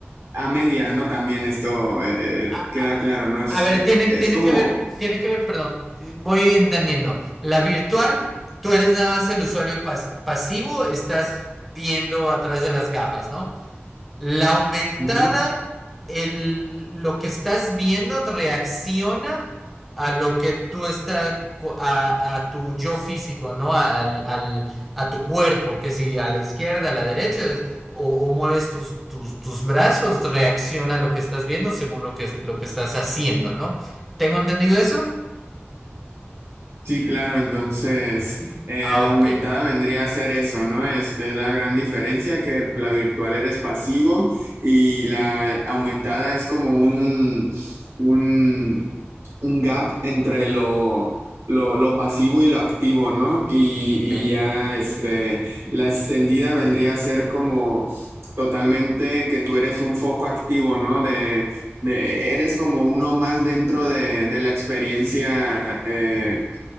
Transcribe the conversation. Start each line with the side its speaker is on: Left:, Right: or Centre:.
Right: a media, ¿no? También esto eh, eh,
Centre: A,
Right: queda claro,
Centre: a-
Right: ¿no? Es,
Centre: a ver,
Right: eh,
Centre: tiene,
Right: es
Centre: tiene
Right: como
Centre: que ver, tiene que ver, perdón, eh, voy entendiendo. La virtual, tú eres nada más el usuario pas- pasivo, estás viendo a través de las gafas, ¿no? La aumentada,
Right: Ujú.
Centre: el, lo que estás viendo reacciona a lo que tú estás, a, a tu yo físico, ¿no? Al, al- a tu cuerpo, que si a la izquierda, a la derecha, es- o, o mueves tus, tus, tus brazos, reacciona a lo que estás viendo según lo que, lo que estás haciendo, ¿no? ¿Tengo entendido eso?
Right: Sí, claro, entonces eh,
Centre: Ah,
Right: la aumentada
Centre: ok,
Right: vendría a ser eso, ¿no? Es, es la gran diferencia que la virtual eres pasivo y la aumentada es como un, un, un gap entre lo, lo, lo pasivo y lo activo, ¿no? Y,
Centre: ok.
Right: y ya este, la extendida vendría a ser como totalmente que tú eres un foco activo, ¿no? De, de- eres como uno más dentro de, de la experiencia. eh,